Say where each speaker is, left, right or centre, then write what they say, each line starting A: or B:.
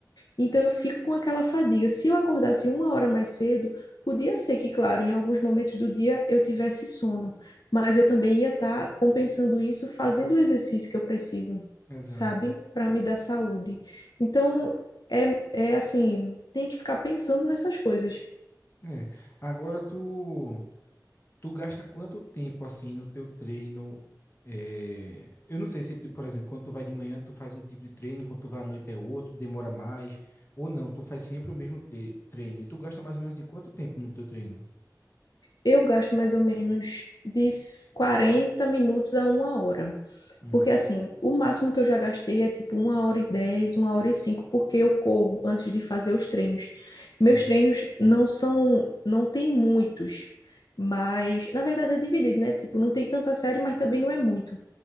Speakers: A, on the left; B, on the left.
A: Então eu fico com aquela fadiga. Se eu acordasse uma hora mais cedo, podia ser que, claro, em alguns momentos do dia eu tivesse sono, mas eu também ia estar compensando isso fazendo o exercício que eu preciso,
B: Exato.
A: sabe? Para me dar saúde. Então é, é assim, tem que ficar pensando nessas coisas.
B: É. Agora tu tu gasta quanto tempo assim no teu treino? É, Eu não sei se, tu, por exemplo, quando tu vai de manhã, tu faz um tipo de treino, quando tu vai à noite é outro, demora mais, ou não, tu faz sempre o mesmo te- treino. E tu gasta mais ou menos assim, quanto tempo no teu treino?
A: Eu gasto mais ou menos de 40 minutos a uma hora
B: Hum,
A: Porque assim, o máximo que eu já gastei é tipo uma hora e dez, uma hora e cinco, porque eu corro antes de fazer os treinos.
B: sei.
A: Meus treinos não são, não tem muitos, mas na verdade é dividido, né? Tipo, não tem tanta série, mas também não é muito.